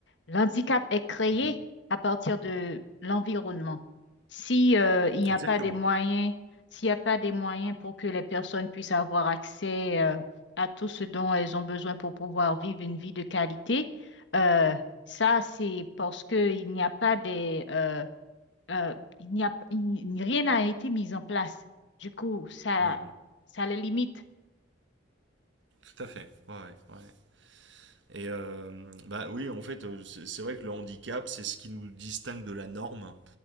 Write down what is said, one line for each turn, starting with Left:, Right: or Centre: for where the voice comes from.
Left: l'handicap est créé
Right: Mhm.
Left: à partir de l'environnement. Si, euh, il n'y
Right: Exactement.
Left: a pas des moyens, s'il n'y a pas des moyens pour que les personnes puissent avoir accès, euh, à tout ce dont elles ont besoin pour pouvoir vivre une vie de qualité, euh, ça, c'est parce que il n'y a pas des, euh, euh, il n'y a, il- rien n'a été mis en place. Du coup, ça,
Right: Mhm.
Left: ça les limite.
Right: Tout à fait. Ouais, ouais. ouais. Et euh, bah oui, en fait, euh, c'est c'est vrai que le handicap, c'est ce qui nous distingue de la norme